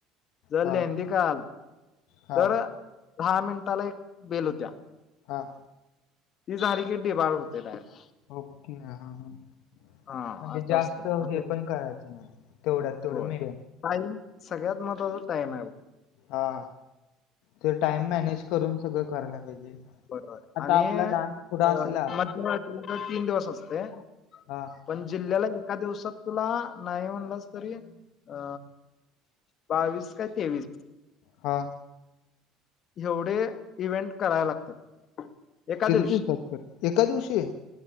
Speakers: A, on the left; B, on the left.
A: जर
B: हां
A: लेहदी काय आल,
B: हां
A: तर दहा मिनिटाला एक बेल होत्या.
B: हां.
A: ती झाली की डीबार होते डायरेक्ट.
B: ओके हा हा हो.
A: हा
B: म्हणजे
A: असं
B: जास्त
A: असतंय मग
B: हे
A: ते
B: पण करायचं नाही, तेवढ्यात तेवढं
A: होय.
B: मेडियम.
A: टाईम, सगळ्यात महत्त्वाचा टाइम आहे हो.
B: हा. तर टाइम मॅनेज करून सगळं करायला पाहिजे.
A: बरोबर
B: आता
A: आणि
B: आपला
A: अ
B: डान्स पुढं असला
A: मध्यरात्री तीन दिवस असते.
B: हा.
A: पण जिल्ह्याला एका दिवसात तुला नाही म्हणलंच तरी अ बावीस काय तेवीस.
B: हा.
A: एवढे इव्हेंट करायला लागतात? एका
B: किती
A: दिवशी
B: दिवसात तर? एका दिवशी?